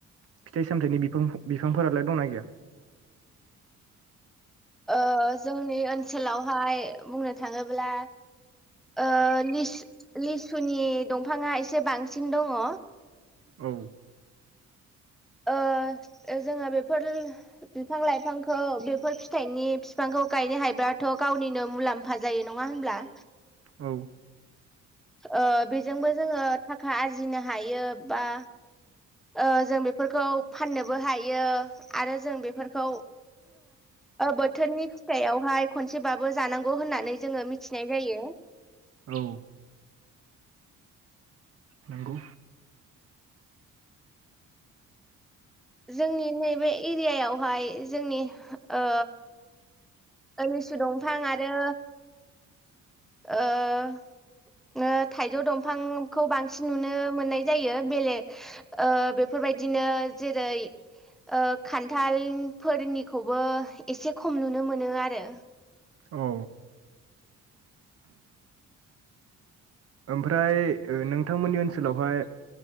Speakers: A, on the right; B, in the centre.
A: फिथाइ सामथायाइनि बिफां बिफांफोरालाय दंना गैया?
B: ओ जोंनि ओनसोलावहाय बुंनो थाङोब्ला ओ लिस-लिसुनि दंफाङा एसे बांसिन दङ।
A: औ
B: ओ जोङो बेफोर बिफां लाइफांखौ बेफोर फिथाइनि बिफांखौ गायनो हायोब्लाथ गावनिनो मुलाम्फा जायो नङा होनब्ला
A: औ
B: ओ बेजोंबो जोङो थाखा आरजिनो हायो बा ओ जों बेफोरखौ फाननोबो हायो आरो जों बेफोरखौ बोथोरनि फिथाइयावहाय खनसेबाबो। जानांगौ होननानै जोङो मिथिनाय जायो।
A: औ नंगौ।
B: जोंनि नैबे एरियायावहाय जोंनि ओ। लिसु दंफां आरो ओ थाइजौ दंफांखौ बांसिन नुनो मोननाय जायो बेलेग ओ बेफोरबायदिनो जेरै ओ खान्थालफोरनिखौबो एसे खम नुनो मोनो आरो।
A: औ। ओमफ्राय नों। थांमोननि ओनसोलावहाय